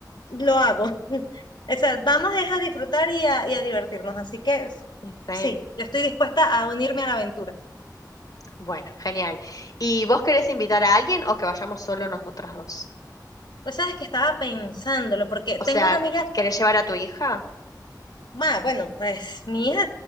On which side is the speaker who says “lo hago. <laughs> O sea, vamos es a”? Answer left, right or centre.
Left